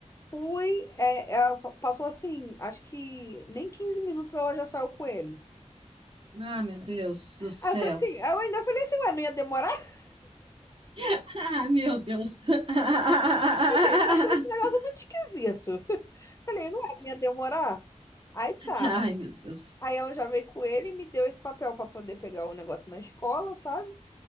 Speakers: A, on the left; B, on the right.
A: Fui, é, é, passou assim, acho que nem 15 minutos ela já saiu com ele.
B: Ah, meu Deus do céu.
A: Aí eu falei assim, eu ainda falei assim, ué, não ia demorar? <laughs>
B: <laughs> Ah, meu Deus. <laughs>
A: Eu falei Assim, tô achando esse negócio muito esquisito. <laughs> Falei, não é, não ia demorar? Aí tá.
B: Ai, meu Deus.
A: Aí ela já veio com ele e me deu esse papel pra poder pegar o negócio na escola, sabe?